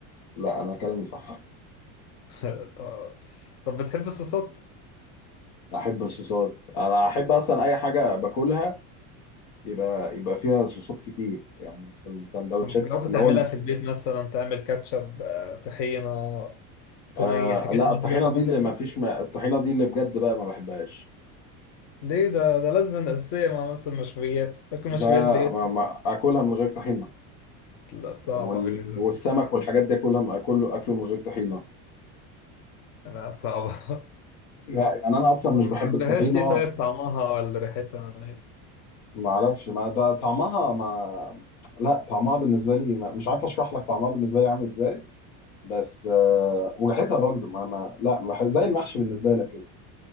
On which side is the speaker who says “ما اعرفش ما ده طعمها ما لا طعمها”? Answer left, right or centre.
Left